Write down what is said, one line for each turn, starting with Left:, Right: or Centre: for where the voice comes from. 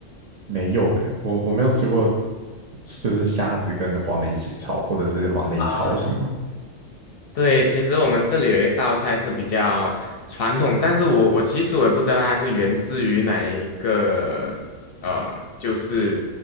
Right: 没有诶，我我没有吃过，就是虾子跟黄梨一起炒，或者是黄梨炒什么
Left: 啊。对，其实我们这里有一道菜是比较传统，但是我我其实我也不知道它是源自于哪一个，呃，就是